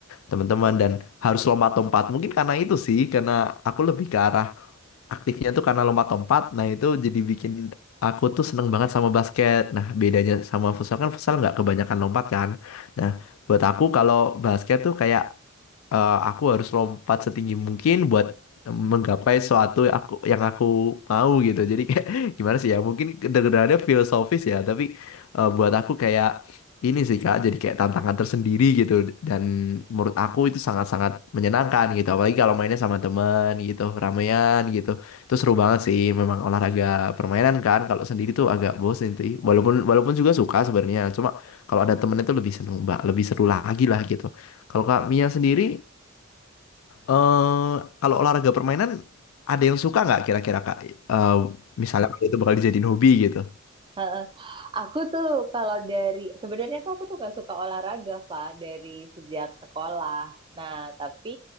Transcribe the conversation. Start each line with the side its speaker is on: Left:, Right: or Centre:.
Left: teman-teman dan harus lompat-lompat. Mungkin karena itu sih, karena aku lebih ke arah aktifnya tuh karena lompat-lompat. Nah itu jadi bikin aku tuh seneng banget sama basket. Nah bedanya sama futsal kan futsal nggak kebanyakan lompat kan. Nah buat aku kalau basket tuh kayak eh, aku harus lompat setinggi mungkin buat menggapai suatu yang aku yang aku mau gitu. Jadi kayak <laughs> gimana sih ya? Mungkin kedengarannya filosofis ya, tapi eh, buat aku kayak ini sih Kak, jadi kayak tantangan tersendiri gitu dan menurut aku itu sangat-sangat menyenangkan gitu. Apalagi kalau mainnya sama teman gitu, ramean gitu. Itu seru banget sih memang olahraga permainan kan. Kalau sendiri tuh agak bosen sih. Walaupun walaupun juga suka sebenarnya, cuma kalau ada temen itu lebih seneng, Mbak, lebih seru lagi lah gitu. Kalau Kak Mia sendiri eh kalau olahraga permainan ada yang suka nggak kira-kira Kak? Eh misalnya kalau itu bakal dijadiin hobi gitu.
Right: Pak? Aku tuh kalau dari sebenarnya tuh aku tuh gak suka olahraga, Fa, dari sejak sekolah. Nah, tapi